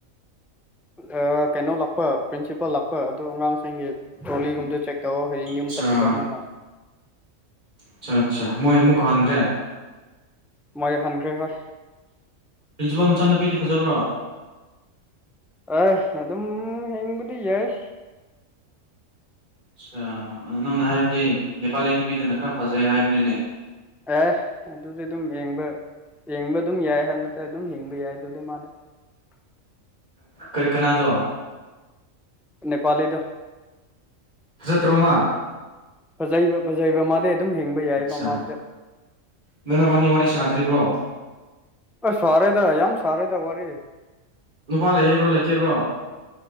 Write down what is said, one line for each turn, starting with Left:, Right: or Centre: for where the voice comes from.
Centre: ꯑ ꯀꯩꯅꯣ ꯂꯥꯛꯄ ꯄ꯭ꯔꯤꯟꯁꯤꯄꯥꯜ ꯂꯥꯛꯄꯣꯏ ꯑꯗꯨ ꯑꯉꯥꯡꯁꯤꯡꯒꯤ ꯇ꯭ꯔꯣꯂꯤꯒꯨꯝꯗꯨ ꯆꯦꯛ ꯇꯧ ꯍꯌꯦꯡ ꯌꯨꯝ
Right: ꯑꯆꯥ
Centre: ꯆꯠꯀꯗꯧꯅꯤꯅ
Right: ꯑꯆꯥ ꯑꯠꯆꯥ ꯃꯣꯏ ꯑꯃꯨꯛ ꯍꯟꯈ꯭ꯔꯦ
Centre: ꯃꯣꯏ ꯍꯟꯈ꯭ꯔꯦ ꯍꯣꯏ
Right: ꯄ꯭ꯔꯤꯟꯁꯤꯄꯥꯜ ꯃꯆꯥꯅꯨꯄꯤꯗꯤ ꯐꯖꯕ꯭ꯔꯣ
Centre: ꯑꯦ ꯑꯗꯨꯝ ꯍꯦꯡꯕꯗꯤ ꯌꯥꯏ
Right: ꯑꯆꯥ ꯑꯗꯨ ꯅꯪꯅ ꯍꯥꯏꯕꯗꯤ ꯅꯦꯄꯥꯂꯤ ꯅꯨꯄꯤꯗꯅ ꯈꯔ ꯐꯖꯩ ꯍꯥꯏꯕꯅꯤꯅꯦ
Centre: ꯑꯦ ꯑꯗꯨꯗꯤ ꯑꯗꯨꯝ ꯌꯦꯡꯕ ꯌꯦꯡꯕ ꯑꯗꯨꯝ ꯌꯥꯏ ꯍꯥꯏꯕ ꯅꯠꯇꯦ ꯑꯗꯨꯝ ꯌꯦꯡꯕ ꯌꯥꯏ ꯑꯗꯨꯗꯤ ꯃꯥꯂꯦ
Right: ꯀꯔꯤ ꯀꯅꯥꯗꯣ
Centre: ꯅꯦꯄꯥꯂꯤꯗꯣ
Right: ꯆ ꯊ ꯔꯣꯃ
Centre: ꯐꯖꯩꯕ ꯐꯖꯩꯕ ꯃꯥꯗꯤ ꯑꯗꯨꯝ ꯍꯤꯡꯕ ꯌꯥꯏ
Right: ꯑꯆꯥ
Centre: ꯃꯃꯥꯗ
Right: ꯅꯣꯏ ꯅꯕꯥꯅꯤ ꯋꯥꯔꯤ ꯁꯥꯗ꯭ꯔꯤꯕ꯭ꯔꯣ
Centre: ꯑ ꯁꯔꯦꯗ ꯍꯥꯏꯖ ꯁꯔꯦꯗ ꯋꯥꯔꯤꯔ ꯍꯥꯏ
Right: ꯅꯨꯄꯥ ꯂꯩꯌꯦꯕ꯭ꯔꯣ ꯂꯩꯀꯦꯕ꯭ꯔꯣ